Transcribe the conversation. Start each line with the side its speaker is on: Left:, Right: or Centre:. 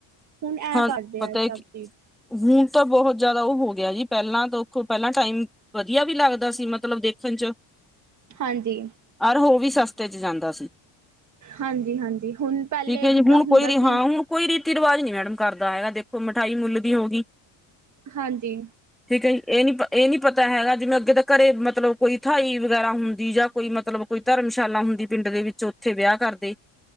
Right: ਹੁਣ ਐ
Centre: ਹਾਂ
Right: ਕਰਦੇ
Centre: ਪਤਾ
Right: ਆ ਸਭ
Centre: ਕਿ
Right: ਚੀਜ਼।
Centre: ਹੁਣ ਤਾਂ ਬਹੁਤ ਜਿਆਦਾ ਉਹ ਹੋ ਗਿਆ ਜੀ ਪਹਿਲਾਂ ਦੇਖੋ ਪਹਿਲਾਂ ਟਾਈਮ ਵਧੀਆ ਵੀ ਲੱਗਦਾ ਸੀ ਮਤਲਬ ਦੇਖਣ ਚ
Right: ਹਾਂਜੀ
Centre: ਅਰ ਹੋ ਵੀ ਸਸਤੇ ਚ ਜਾਂਦਾ ਸੀ।
Right: ਹਾਂਜੀ ਹਾਂਜੀ ਹੁਣ ਪਹਿਲੇ
Centre: ਠੀਕ ਹੈ ਜੀ
Right: ਜਿੱਦਾਂ
Centre: ਹੁਣ
Right: ਹੁੰਦਾ
Centre: ਕੋਈ ਰੀ
Right: ਸੀ
Centre: ਹਾਂ ਹੁਣ ਕੋਈ ਰੀਤੀ ਰਿਵਾਜ ਨੀ ਮੈਡਮ ਕਰਦਾ ਹੈਗਾ ਦੇਖੋ ਮਿਠਾਈ ਮੁੱਲ ਦੀ ਹੋ ਗਈ
Right: ਹਾਂਜੀ
Centre: ਠੀਕ ਹੈ ਜੀ, ਇਹ ਨੀ-ਇਹ ਨੀ ਪਤਾ ਹੈਗਾ ਜਿਵੇਂ ਅੱਗੇ ਤਾਂ ਘਰੇ ਮਤਲਬ ਕੋਈ ਉਠਾਈ ਵਗੈਰਾ ਹੁੰਦੀ ਜਾਂ ਕੋਈ ਮਤਲਬ ਕੋਈ ਧਰਮਸ਼ਾਲਾ ਹੁੰਦੀ ਪਿੰਡ ਦੇ ਵਿੱਚ ਉੱਥੇ ਵਿਆਹ ਕਰਦੇ।